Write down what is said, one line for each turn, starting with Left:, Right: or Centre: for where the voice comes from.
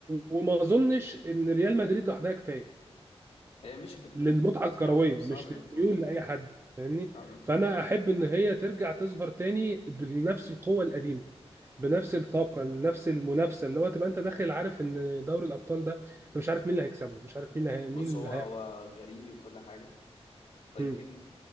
Right: وما اظنش ان ريال مدريد لوحدها كفايه
Left: هي مش هتختفي
Right: للمتعه
Left: صعب
Right: الكرويه
Left: صعب
Right: مش
Left: انك
Right: للميول
Left: تقول
Right: لاي حد فاهمني
Left: صعب انك تقول
Right: فانا
Left: المرشد
Right: احب ان هي ترجع تظهر تاني بنفس القوه القديمه بنفس الطاقه نفس المنافسه اللي هو تبقى انت داخل عارف ان دوري الابطال ده انت مش عارف مين اللي هيكسبه مش عارف مين اللي هي... مين
Left: بص
Right: اللي
Left: هو
Right: هيعمل
Left: هو غريمي وكل حاجة لكن
Right: مم.